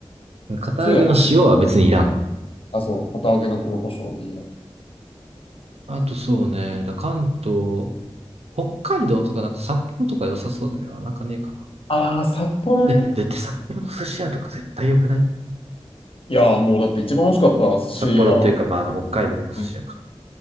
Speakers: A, on the right (about 75°); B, on the left (about 60°).
A: 片揚げの塩は別にいらん。
B: それがない。あ、そう、堅揚げの黒胡椒でいいよ。
A: あとそうね、だ関東、北海道とかなんか札幌とか良さそうだけど、なんかねえかな。
B: ああ、札幌ね。
A: え、だって札幌の寿司屋とか絶対良くない
B: いやー、もうだって一番美味しかった寿司屋、
A: 札幌っていうか、まあ、あの、北海道の寿司屋か。
B: うん